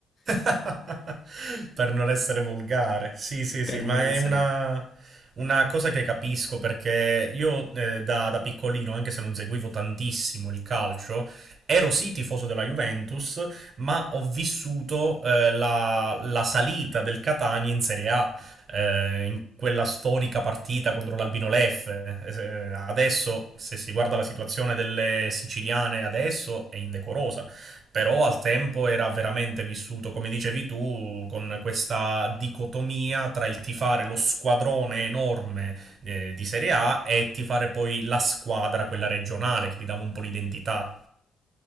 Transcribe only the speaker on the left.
per
non
essere...